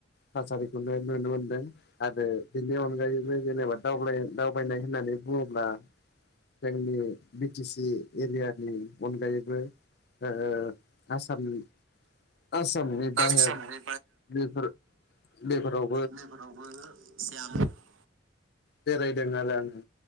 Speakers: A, on the left; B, on the right.
A: थासारिखौनो नुनो मोनदों आरो बेनि अनगायैबो जेनेबा दावब्लाय दावबायनाय होननानै बुङोब्ला जोंनि बि टि सि एरियानि अनगायैबो ओ आसामनि आसामनि बाहेर
B: आसामनि
A: बेफोर बेफोराव
B: बेफोरावबो सियाम औ
A: बेरायदों आरो आङो